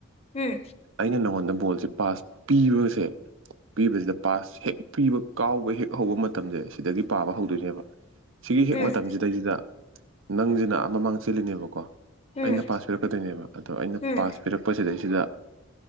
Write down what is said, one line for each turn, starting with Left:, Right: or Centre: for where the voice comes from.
Left: ꯎꯝ
Right: ꯑꯩꯅ ꯅꯉꯣꯟꯗ ꯕꯣꯜꯖꯦ ꯄꯥꯁ ꯄꯤꯕꯁꯦ ꯄꯤꯕꯖꯤꯗ ꯄꯥꯁ ꯍꯦꯛ ꯄꯤꯕ ꯀꯥꯎꯕ ꯍꯦꯛ ꯍꯧꯕ ꯃꯇꯝꯖꯦ ꯁꯤꯗꯒꯤ ꯄꯥꯕ ꯍꯧꯗꯣꯏ ꯑꯦꯕ ꯁꯤꯒꯤ ꯍꯦꯛ
Left: ꯎꯝ
Right: ꯃꯇꯝꯖꯤꯗꯩꯖꯤꯗ ꯅꯪꯖꯤꯅ ꯑ ꯃꯃꯥꯡꯗ ꯆꯦꯜꯂꯤꯅꯦꯕꯀꯣ
Left: ꯎꯝ
Right: ꯑꯩꯅ ꯄꯥꯁ ꯄꯤꯔꯛꯀꯗꯣꯏꯅꯦꯕ ꯑꯗꯣ ꯑꯩꯅ
Left: ꯎꯝ
Right: ꯄꯥꯁ ꯄꯤꯔꯛꯄ ꯁꯤꯗꯩꯁꯤꯗ